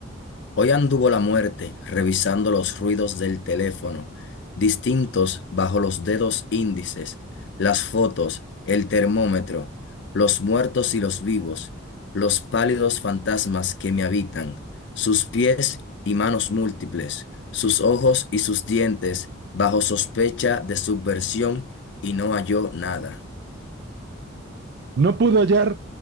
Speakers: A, on the left; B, on the right.
A: Hoy anduvo la muerte revisando los ruidos del teléfono, distintos bajo los dedos índices, las fotos, el termómetro, los muertos y los vivos, los pálidos fantasmas que me habitan, sus pies y manos múltiples, sus ojos y sus dientes bajo sospecha de subversión y no halló nada.
B: No pudo hallar